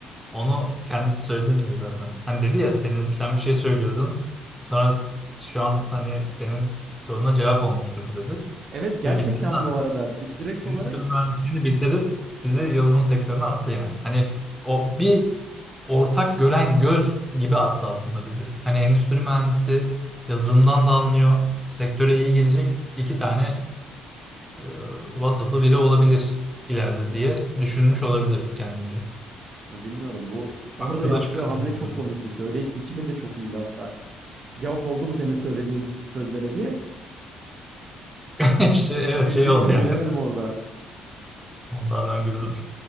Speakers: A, in the centre; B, on the right.
A: Onu kendisi söyledi bize zaten. Hani dedi ya senin sen bir şey söylüyordun. Sonra şu an hani senin soruna cevap olmuştur bu dedi.
B: Evet gerçekten
A: Ve bitirdi
B: bu arada bir direkt
A: endüstri
B: olarak
A: mühendisliğini bitirip bizi yazılım sektörüne attı yani. Hani o bir ortak gören göz gibi attı aslında bizi. Hani endüstri mühendisi yazılımdan da anlıyor. Sektöre iyi gelecek iki tane e, vasıflı biri olabilir ileride diye düşünmüş olabilirim kendince.
B: ya bilmiyorum bu orada
A: Hakkı
B: yaptığı
A: da çıkarırız
B: hamle
A: bunları.
B: çok komikti. Söyleyiş biçimi de çok iyiydi hatta. cevap oldu mu senin söylediğin sözlere diye.
A: <laughs> Şey, evet
B: Gülecektim
A: şey oldu yani.
B: gülemedim orada.
A: Vallahi ben güldüm.